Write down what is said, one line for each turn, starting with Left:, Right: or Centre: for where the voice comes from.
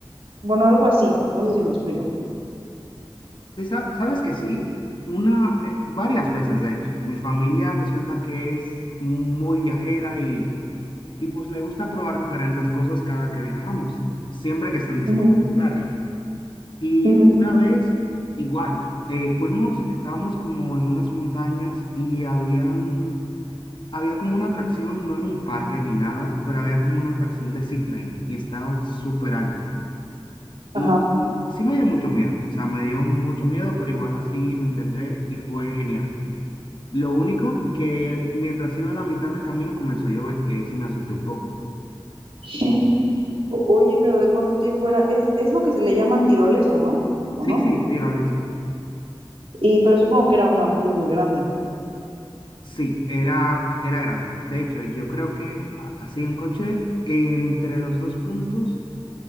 Right: bueno, algo así, no sé si me explico.
Left: Sí, sa- ¿Sabes que sí? Una, eh, varias veces, de hecho. Mi familia resulta que es muy viajera y, y pues le gusta probar diferentes cosas cada que viajamos, siempre que estén dispuestas,
Right: Ujú,
Left: claro. Y
Right: ujú.
Left: una vez, igual, eh, fuimos, estábamos como en unas montañas y habían Había como una atracción, no era un parque ni nada, pero había como una atracción de zipline y estaba súper alto. Y,
Right: Ajá.
Left: y sí me dio mucho miedo, o sea, me dio mucho miedo, pero igual así lo intenté y fue genial. Lo único que mientras iba a la mitad del camino comenzó a llover y ahí sí me asusté un poco.
Right: <laughs> O- Oye, pero ¿de cuánto tiempo era? Es, es lo que se le llaman tirolesa, ¿no? ¿O
Left: Sí,
Right: no?
Left: sí, tirolesa.
Right: Y, pero supongo que era una muy, muy grande.
Left: Sí, era, era grande. De hecho, yo creo que a- así en coche, entre los dos puntos,